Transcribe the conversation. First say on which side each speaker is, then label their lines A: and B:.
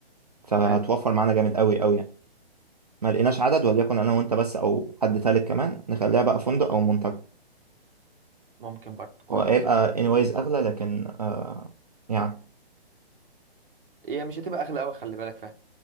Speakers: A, on the right; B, on the right.
A: فتوفر
B: حلو
A: معانا جامد قوي قوي يعني. ما لقيناش عدد وليكن انا وانت بس او حد تالت كمان نخليها بقى فندق او منتجع
B: ممكن برضه كويس
A: هو هيبقى
B: ماشي
A: anyways اغلى لكن آه يعني
B: هي مش هتبقى اغلى قوي خلي بالك فعلا